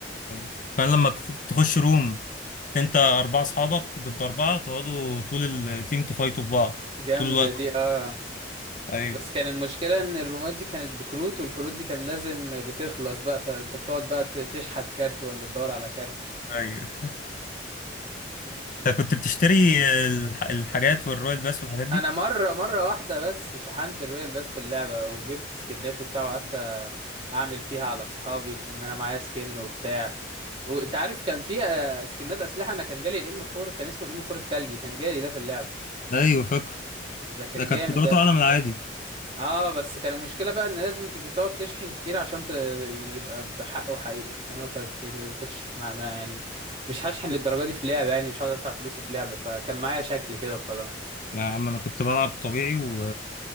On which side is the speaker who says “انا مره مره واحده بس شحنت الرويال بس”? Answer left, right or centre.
Right